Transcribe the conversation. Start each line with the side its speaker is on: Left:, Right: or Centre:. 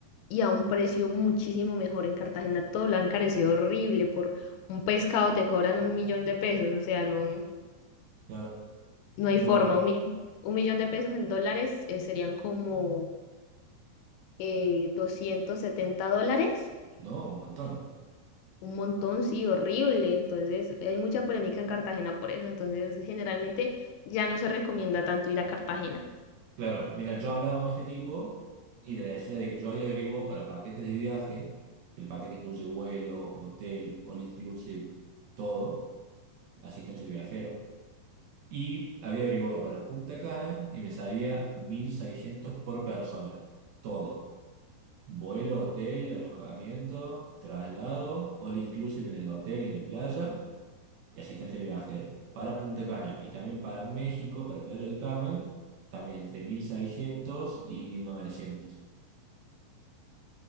Left: y a un precio muchísimo mejor. En Cartagena todo lo han encarecido horrible. Por un pescado te cobran un millón de pesos. O sea, no.
Right: Y
Left: No hay
Right: bueno,
Left: forma. Un millón, un millón de pesos en dólares eh, serían como eh, 270 dólares.
Right: no, un montón.
Left: Un montón, sí, horrible. Entonces, hay mucha polémica en Cartagena por eso. Entonces, generalmente ya no se recomienda tanto ir a Cartagena.
Right: Claro, mira, yo hablaba con este tipo y le decía de que yo había averiguado para paquetes de viaje, el paquete incluye vuelo, hotel, all inclusive, todo, asistencia al viajero, y había averiguado para Punta Cana y me salía 1.600 por persona, todo, vuelo, hotel, alojamiento, traslado, all inclusive en el hotel y en la playa, y asistente del viajero. Para Punta Cana y también para México, para Playa del Carmen, también entre 1600 y 1900.